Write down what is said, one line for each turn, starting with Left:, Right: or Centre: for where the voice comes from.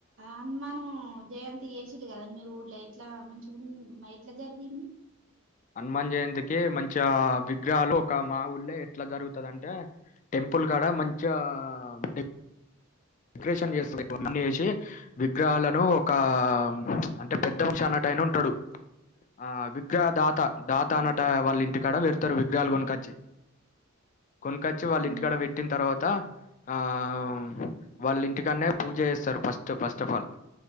Right: హనుమాను జయంతి చేశిల్లు కద మీ ఊర్లో ఎట్లా మంచిగు ఎట్లా జరిగింది.
Left: హనుమాన్ జయంతికి మంచిగా విగ్రహాలు ఒక మా ఊళ్ళో ఎట్లా జరుగుతది, అంటే టెంపుల్ కాడ మంచిగా డె కరేషన్ చేస్తూరు ఇప్పుఅన్నీ చేసి విగ్రహాలను ఒక ప్చ్ అంటే పెద్ద మనిశన్నటైన ఉంటాడు, ఆ విగ్రహదా త దాత
Right: ఆ
Left: అన్నటాయ వాళ్ళ ఇంటికాడ వెడు త్తరు విగ్రహాలు కొనకచ్చి కొనుకొచ్చి వాళ్ళు
Right: ఆ
Left: ఇంటికాడ పెట్టిన తర్వాత ఆహ్ వాళ్ళ ఇంటికాన్నే పూజ చేస్తారు ఫస్ట్ ఫస్ట్ ఆఫ్ ఆల్